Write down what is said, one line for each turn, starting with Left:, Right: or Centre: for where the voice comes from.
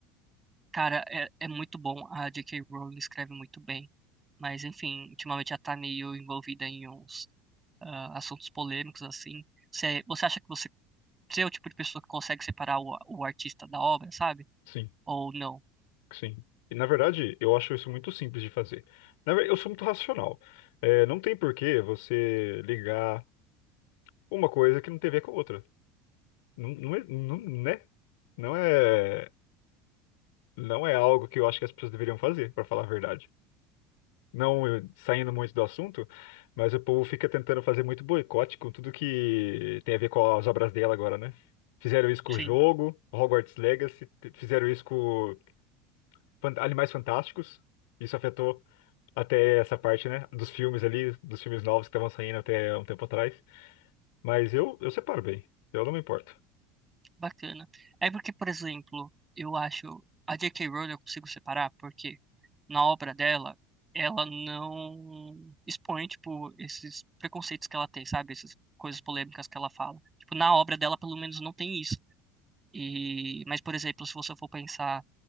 Right: Cara, é, é muito bom. A J K Rowling escreve muito bem. Mas, enfim, ultimamente ela tá meio envolvida em uns ah, assuntos polêmicos, assim. Você, você acha que você, você é o tipo de pessoa que consegue separar o, o artista da obra, sabe?
Left: Sim.
Right: Ou não?
Left: Sim. E, na verdade, eu acho isso muito simples de fazer. Na verdade, eu sou muito racional. É, não tem por que você ligar uma coisa que não tem a ver com a outra. Não, não, é- não, né? Não é, não é algo que eu acho que as pessoas deveriam fazer, para falar a verdade. Não eu- saindo muito do assunto, mas o povo fica tentando fazer muito boicote com tudo que tem a ver com as obras dela agora, né? Fizeram isso com
Right: Sim,
Left: o jogo, Hogwarts Legacy, t- fizeram isso com Fan- Animais Fantásticos. Isso afetou. até essa parte, né? Dos filmes ali, dos filmes novos que estavam saindo até um tempo atrás. Mas eu, eu separo bem. Eu não me importo.
Right: bacana. É porque, por exemplo, eu acho a J K Rowling eu consigo separar porque na obra dela, ela não expõe, tipo, esses preconceitos que ela tem, sabe? Essas coisas polêmicas que ela fala. Tipo, na obra dela, pelo menos, não tem isso. E, mas, por exemplo, se você for pensar